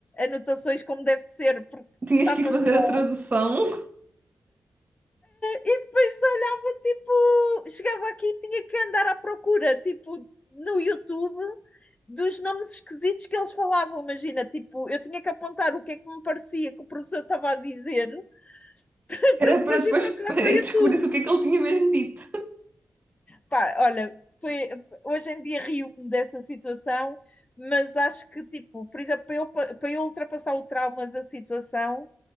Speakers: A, on the left; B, on the right.
A: anotações como deve de ser, porque
B: Tinhas
A: estava
B: que ir fazer
A: um nó.
B: a tradução,
A: E depois olhava, tipo, chegava aqui e tinha que andar à procura, tipo, no YouTube, dos nomes esquisitos que eles falavam. Imagina, tipo, eu tinha que apontar o que é que me parecia que o professor estava a dizer <laughs>
B: era
A: para depois
B: para depois
A: vir procurar
B: <laughs>
A: para o YouTube.
B: descobrir o que é que ele tinha mesmo dito.
A: Pá, olha, foi, hoje em dia rio-me dessa situação, mas acho que, tipo, por exemplo, para eu, para eu ultrapassar o trauma da situação